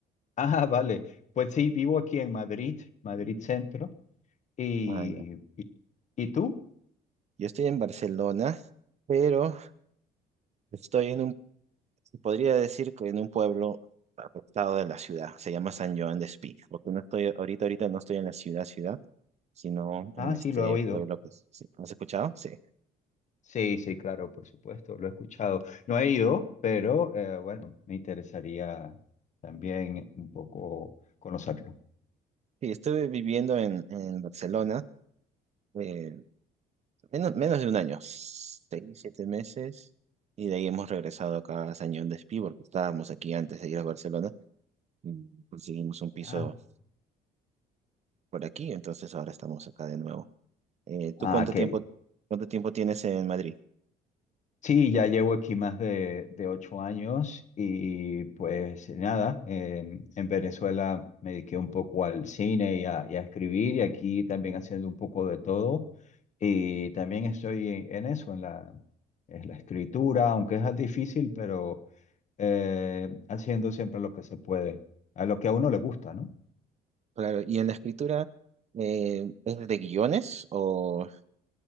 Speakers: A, on the left; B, on the right.
A: Ah, <laughs> vale. Pues sí, vivo aquí en Madrid, Madrid Centro. ¿Y,
B: Ah, ya.
A: y, y tú?
B: Yo estoy en Barcelona, pero estoy en un, se podría decir que en un pueblo apartado de la ciudad. Se llama San Joan de Espí, porque no estoy ahorita, ahorita no estoy en la ciudad, ciudad, sino
A: Ah,
B: en este
A: sí, lo he oído.
B: pueblo que sí. ¿Has escuchado? Sí.
A: Sí, sí, claro, por supuesto, lo he escuchado. No he ido, pero eh, bueno, me interesaría también un poco conocerlo.
B: Sí, estuve viviendo en, en Barcelona. eh, Menos, menos de un año, seis, siete meses, y de ahí hemos regresado acá a Sañón de Espí, porque estábamos aquí antes de ir a Barcelona, y conseguimos un piso
A: Ah,
B: por aquí, entonces ahora estamos acá de nuevo. Eh, ¿tú
A: ah,
B: cuánto
A: qué.
B: tiempo, cuánto tiempo tienes en Madrid?
A: Sí, ya llevo aquí más de, de ocho años y pues nada, eh, en Venezuela me dediqué un poco al cine y a, y a escribir y aquí también haciendo un poco de todo y también estoy en, en eso, en la, en la escritura, aunque es difícil, pero eh, haciendo siempre lo que se puede, a lo que a uno le gusta, ¿no?
B: Claro, y en la escritura, eh, ¿es de guiones o,